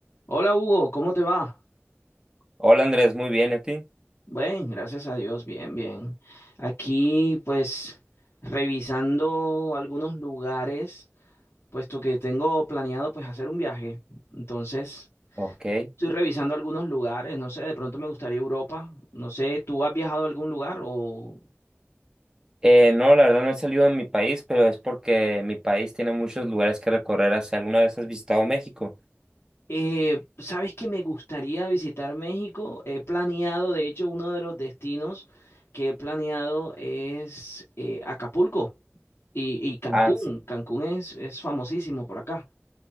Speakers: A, on the left (about 60°); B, on the right (about 15°).
A: Hola Hugo, ¿cómo te va?
B: Hola Andrés, muy bien, ¿y a ti?
A: Bien, gracias a Dios, bien, bien. Aquí pues revisando algunos lugares, puesto que tengo planeado pues hacer un viaje. Entonces,
B: Ok.
A: estoy revisando algunos lugares, no sé, de pronto me gustaría Europa. No sé, ¿tú has viajado a algún lugar o...?
B: Eh, no, la verdad no he salido de mi país, pero es porque mi país tiene muchos lugares que recorrer. ¿Hacia alguna vez has visitado México?
A: Eh, sabes que me gustaría visitar México. He planeado, de hecho, uno de los destinos que he planeado es eh, Acapulco y, y Cancún.
B: Ah, sí.
A: Cancún es, es famosísimo por acá.